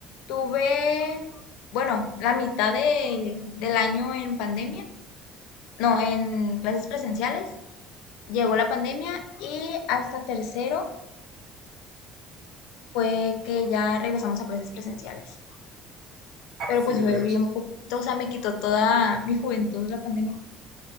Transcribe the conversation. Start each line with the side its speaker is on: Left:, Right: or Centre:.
Left: tuve, bueno, la mitad de, del año en pandemia, no, en clases presenciales, llegó la pandemia y hasta tercero fue que ya regresamos a clases presenciales.
Right: Ah,
Left: Pero
Right: su
Left: pues
Right: mecha.
Left: fue bien poquito, o sea, me quitó toda mi juventud la pandemia.